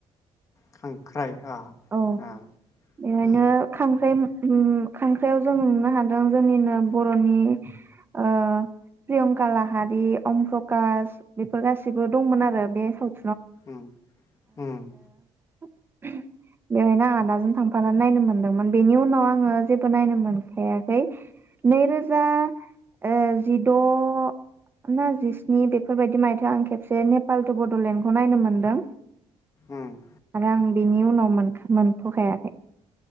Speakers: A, on the left; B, on the right.
A: खांख्राइ। आ
B: औ
A: आ
B: एहायनो
A: उम
B: खांख्राइ उम खांख्रायाव जों नुनो हादों जोंनिनो बर'नि ओ, प्रियंका लाहारि अम प्रकश बेफोर गासिबो दंमोन आरो बे साव
A: उम उम
B: <inaudible> बेवहायनो आं आदाजों थांफानानै नायनो मोनदोंमोन, बेनि उनाव आङो जेबो नायनो मोनखायाखै। नैरोजा ओ जिद' ना जिस्नि बेफोरबायदि मायथाइयाव आं खेबसे नेपाल टु बड'लेण्डखौ नायनो मोनदों।
A: उम
B: आरो आं बिनिउनाव मोनखा मोनथ'खायाखै।